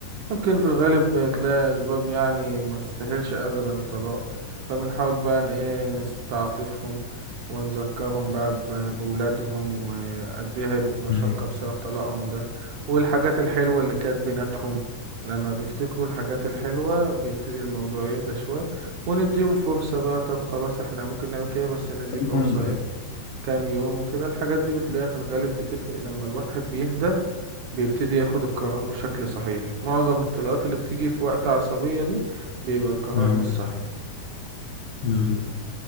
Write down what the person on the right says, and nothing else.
ممكن في الغالب تلاقي أسباب يعني ما تستاهلش أبدا طلاق فبنحاول بقى إن إيه نستعطفهم ونذكرهم بقى ب- بولادهم وقد إيه هيبقوا في مشقة
بسبب طلاقهم ده والحاجات الحلوة اللي كانت بيناتهم لما بيفتكروا الحاجات الحلوة بيبتدي الموضوع يهدى شوية ونديهم فرصة بقى طب خلاص إحنا ممكن نعمل كده بس ندي
فرصة إيه كام يوم وكده الحاجات دي بتلاقيها في الغالب بتفرق لما الواحد بيهدى بيبتدي ياخد القرار بشكل صحيح معظم الطلقات اللي بتيجي في وقت عصبية دي بيبقى القرار
مش صحيح